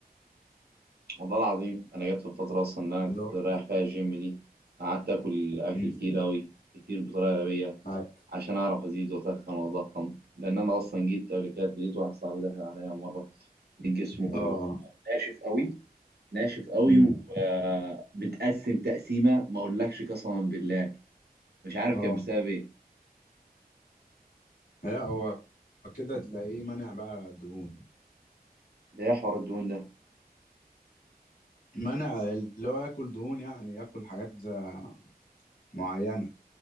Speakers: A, on the right; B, on the left.
A: والله العظيم انا جت في الفترة اصلا اللي انا
B: اللي
A: كنت
B: هو
A: رايح فيها الجيم دي قعدت اكل اكل
B: مم.
A: كتير اوي كتير بطريقة غبية
B: آه.
A: عشان اعرف ازيد واتخن واضخم لان انا اصلا جيت قبل كده لقيت واحد صاحبي داخل عليا مرة لقيت جسمه
B: اه
A: ناشف قوي ناشف قوي
B: مم.
A: وبتقسم تقسيمة ما اقولكش قسما بالله مش عارف
B: اه
A: كانت بسبب ايه
B: لا هو كده تلاقيه منع بقى دهون
A: ده ايه حوار الدهون ده
B: منع اللي هو ياكل دهون يعني ياكل حاجات آه، معينة